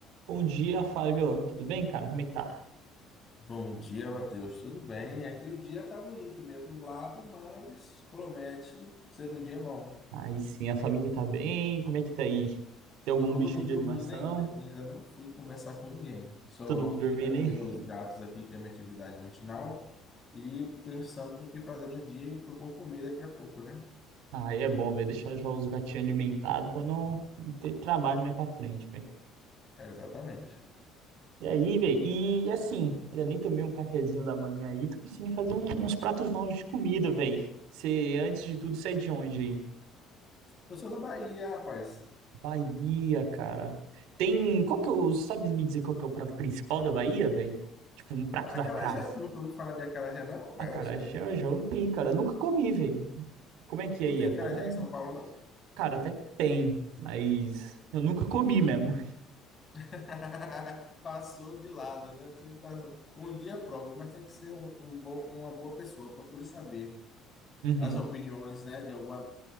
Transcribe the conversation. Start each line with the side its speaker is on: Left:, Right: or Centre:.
Right: Bom dia, Fábio. Tudo bem, cara? Como é que tá?
Left: Bom dia, Matheus. Tudo bem? Aqui o dia tá bonito, meio nublado, mas promete ser um dia bom.
Right: Aí sim, a família tá bem. Como é que tá aí? Tem algum
Left: Todo
Right: bichinho
Left: mundo
Right: de animação?
Left: dormindo ainda. Eu ainda não fui conversar com ninguém. Só
Right: Todo mundo
Left: fui
Right: dormindo,
Left: dar comida
Right: hein?
Left: aos gatos aqui, que é a minha atividade matinal, e pensando no que fazer no dia e o que eu vou comer daqui a pouco, né?
Right: Aí é bom, velho. Deixar já os gatinhos alimentados pra não, não ter trabalho mais pra frente, velho.
Left: É, exatamente.
Right: E aí, velho? E assim, ainda nem tomei um cafezinho da manhã aí. Tô pensando em fazer um- uns pratos novos de comida, velho. Você, antes de tudo, sai de onde aí?
Left: Eu sou da Bahia, rapaz.
Right: Bahia, cara. Tem. Qual que é o. Sabe me dizer qual que é o prato principal da Bahia, velho? Tipo, um prato da
Left: Acarajé,
Right: casa.
Left: tu nunca ouviu falar de acarajé, não? Mas,
Right: Acarajé
Left: gente,
Right: eu já ouvi, cara. Nunca comi, velho. Como é que
Left: não
Right: é aí?
Left: tem
Right: É
Left: acarajé
Right: bom?
Left: em São Paulo, não?
Right: Cara, até tem, mas eu nunca comi mesmo.
Left: <laughs> Passou de lado, né? Sempre passou. Um dia prove, mas tem que ser um, um bom, uma boa pessoa. Procure saber
Right: Uhum.
Left: as opiniões, né, de algum